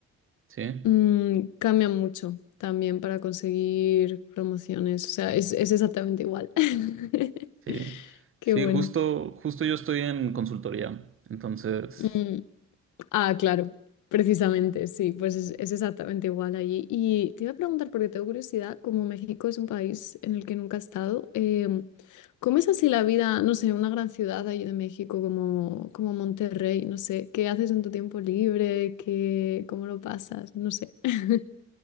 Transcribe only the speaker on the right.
¿sí?
Sí,
sí,
justo, justo yo estoy en consultoría. Entonces,